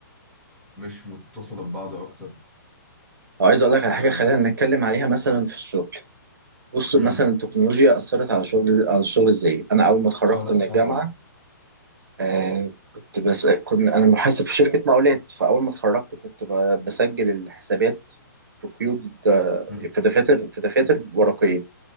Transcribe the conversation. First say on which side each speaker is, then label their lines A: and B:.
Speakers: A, in the centre; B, on the right.
A: مش متصله ببعض اكتر
B: وعايز اقول لك
A: اه
B: على حاجة خلينا نتكلم عليها مثلا في الشغل بص
A: مم.
B: مثلا التكنولوجيا اثرت على شغل على الشغل ازاي انا اول ما اتخرجت
A: اه لا
B: من
A: طبعا
B: الجامعة اه كنت بس كنت انا محاسب في شركة مقاولات فاول ما اتخرجت كنت ب- بسجل الحسابات في قيود آه،
A: مم.
B: في دفاتر في دفاتر ورقية